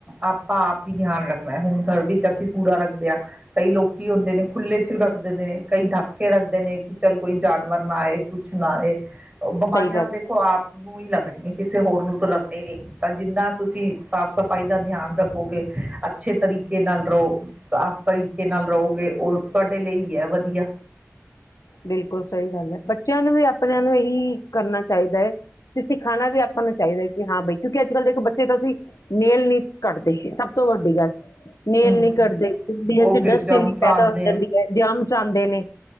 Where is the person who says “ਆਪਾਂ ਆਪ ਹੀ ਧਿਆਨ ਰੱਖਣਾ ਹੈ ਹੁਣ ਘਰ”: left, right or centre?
Right